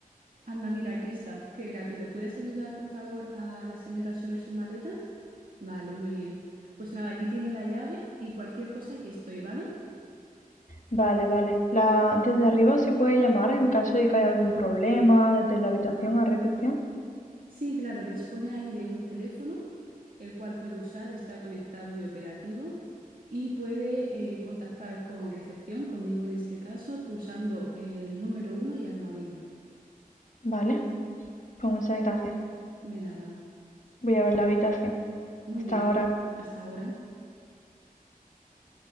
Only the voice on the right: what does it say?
Anda, mira, aquí está. Qué rápido. ¿Puedes ayudar, por favor, a la señora a subir sus maletas? Vale, muy bien. Pues nada, aquí tiene la llave y cualquier cosa, aquí estoy, ¿vale?
Sí, claro, dispone ahí de un teléfono, el cual puede usar, está conectado y operativo, y puede eh, contactar con recepción, conmigo en este caso, pulsando el número uno y almohadilla.
De nada.
Muy
bien,
hasta ahora.